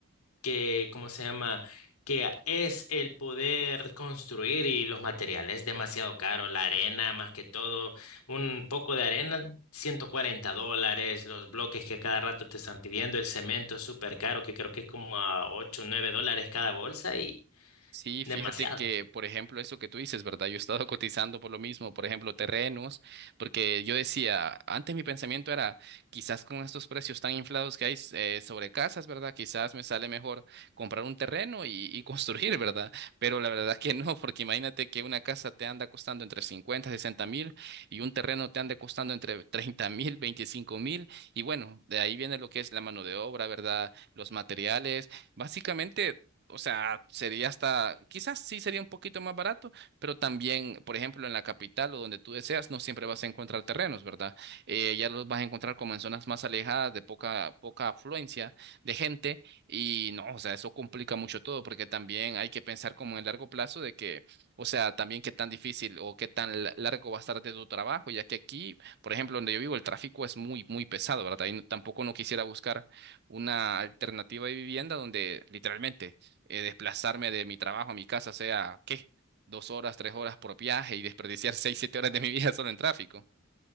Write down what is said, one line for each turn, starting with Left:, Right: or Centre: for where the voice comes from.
Left: que, ¿cómo se llama? Que a- es el poder construir y los materiales demasiado caro, la arena más que todo, un poco de arena, 140 dólares, los bloques que a cada rato te están pidiendo, el cemento es súper caro, que creo que es como a 8 o 9 dólares cada bolsa y
Right: Sí,
Left: demasiado.
Right: fíjate que, por ejemplo, eso que tú dices, ¿verdad? Yo he estado <laughs> cotizando por lo mismo, por ejemplo, terrenos, porque yo decía, antes mi pensamiento era, quizás con estos precios tan inflados que hay eh, sobre casas, ¿verdad? Quizás me sale mejor comprar un terreno y, y <laughs> construir, ¿verdad? Pero la verdad que no, porque imagínate que una casa te anda costando entre 50, 60 mil y un terreno te anda costando entre 30 mil, 25 mil, y bueno, de ahí viene lo que es la mano de obra, ¿verdad? Los materiales. Básicamente o sea, sería hasta, quizás sí sería un poquito más barato, pero también, por ejemplo, en la capital o donde tú deseas, no siempre vas a encontrar terrenos, ¿verdad? Eh, ya los vas a encontrar como en zonas más alejadas de poca, poca afluencia de gente y no, o sea, eso complica mucho todo porque también hay que pensar como en largo plazo de que, o sea, también qué tan difícil o qué tan la- largo va a estar de tu trabajo, ya que aquí, por ejemplo, donde yo vivo, el tráfico es muy, muy pesado, ¿verdad? Y no- tampoco no quisiera buscar una alternativa de vivienda donde literalmente eh, desplazarme de mi trabajo a mi casa sea, ¿qué? Dos horas, tres horas por viaje y desperdiciar <laughs> seis, siete horas de mi vida solo en tráfico.